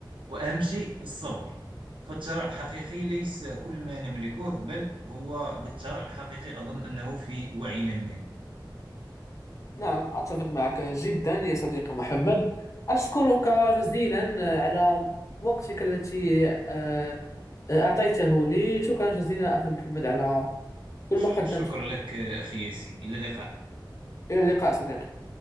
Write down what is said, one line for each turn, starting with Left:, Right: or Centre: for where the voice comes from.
Right: وأهم شيء الصبر فالثراء الحقيقي ليس كل ما نملكه بل هو بالثراء الحقيقي أظن أنه في وعينا المالي
Left: نعم أتفق معك جدا يا صديقي محمد أشكرك جزيلا آه، على وقتك التي أه، آه، أعطيته لي شكرا جزيلا أخي محمد على كل
Right: ش-
Left: ما قدمته
Right: شكرا لك آه، أخي ياسين إلى اللقاء
Left: إلى اللقاء صديقي